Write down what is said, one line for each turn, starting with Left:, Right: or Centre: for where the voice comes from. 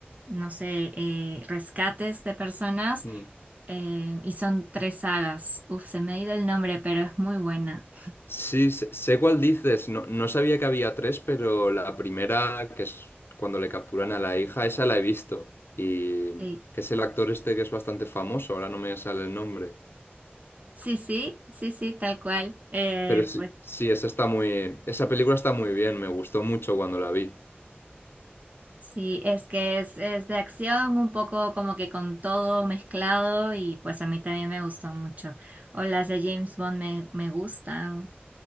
Right: no sé, eh, rescates de personas
Left: Mm.
Right: eh, y son tres sagas. Uf, se me ha ido el nombre, pero es muy buena.
Left: Sí, sé, sé cuál dices. No, no sabía que había tres, pero la primera, que es cuando le capturan a la hija, esa la he visto. Y
Right: Sí,
Left: que es el actor este que es bastante famoso, ahora no me sale el nombre.
Right: sí, sí, sí, sí, tal cual. Eh,
Left: Pero sí,
Right: pues
Left: sí, esa está muy, esa película está muy bien, me gustó mucho cuando la vi.
Right: sí, es que es, es de acción, un poco como que con todo mezclado y pues a mí también me gustó mucho. O las de James Bond me, me gustan.